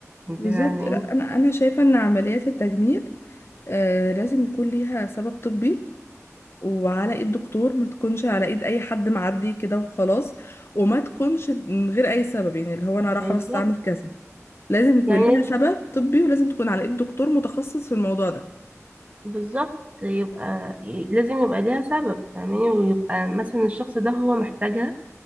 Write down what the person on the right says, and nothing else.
انت
فاهمين
بالظبط
يعني
بالظبط يبقى ي- لازم يبقى ليها سبب فاهماني ويبقى مثلا الشخص ده هو محتاجها